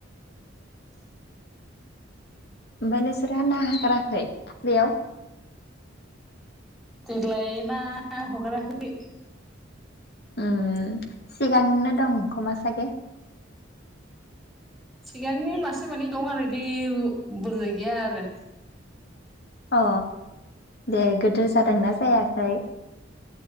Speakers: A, in the centre; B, on the left.
A: <inaudible>
B: ओमफ्राय नोंसोरा ना हागाराखै फुख्रियाव?
A: देग्लाय ना हगाराखै।
B: ओं सिगांनो दं खमा सागे?
A: सिगांनि मासे मानै दं आरो बि बुरजा गैया आरो।
B: अ दे गिदिर जादोंना जायाखै?